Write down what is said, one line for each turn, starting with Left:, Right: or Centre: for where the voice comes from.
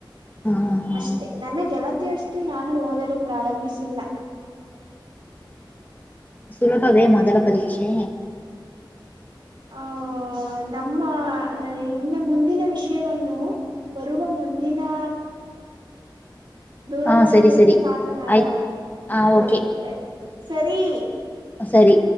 Left: ಹಾ ಹಾ
Right: ಅಷ್ಟೆ ನನ್ನ ಗೆಳತಿ ಅಷ್ ಇವತ್ತು ನಾನು ಓದಲು ಪ್ರಾರಂಭಿಸಿಲ್ಲ
Left: ಸುಲಭಾವೇ ಮೊದಲ ಪರೀಕ್ಷೆ
Right: ಆ ನಮ್ಮ ಇನ್ನ ಮುಂದಿನ ವಿಷಯವನ್ನು ಬರುವ ಮುಂದಿನಾ ದೂರವಾಣಿಯಲ್ಲಿ
Left: ಹಾ ಸರಿ ಸರಿ
Right: ಮಾತನಾಡೋಣ
Left: ಆಯ್ತು ಹಾ
Right: ಸರಿ
Left: ಓಕೆ
Right: ಸರಿ ಸರಿ
Left: ಸರಿ